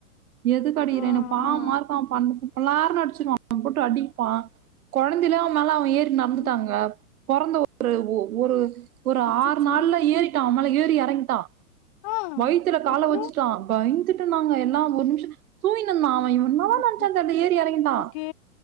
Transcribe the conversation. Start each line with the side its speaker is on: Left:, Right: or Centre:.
Right: எது அடிக்றேன
Left: ஆ, ஆ.
Right: பா பாவமா இருக்கு அவ பண்ணது பளார்னு அடிச்சுடுவா அவ போட்டு அடிப்பா குழந்தையில அவ மேல அவ ஏறி நந்துட்டாங்க
Left: ம்.
Right: பொறந்த ஒரு ஒரு ஒரு
Left: அச்சச்சோ!
Right: ஆறு நாள்லயே அவ மேல ஏறி இறங்கிட்டா
Left: ஆ
Right: வயித்துல கால
Left: அப்புறம்?
Right: வச்சுட்டா பயந்துட்டு நாங்க எல்லா ஒரு நிமிஷோ தூங்கிடுந்தா அவ என தா
Left: அச்சச்சோ!
Right: நினைச்சா தெர்ல ஏறி இறங்கிடா
Left: ஓகே.